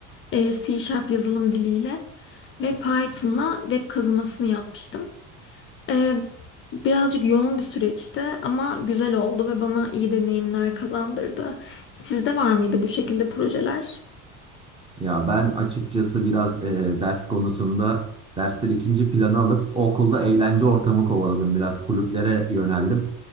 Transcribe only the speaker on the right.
Ya ben açıkçası biraz e, ders konusunda dersleri ikinci plana alıp okulda eğlence ortamı kovaladım. Biraz kulüplere yöneldim.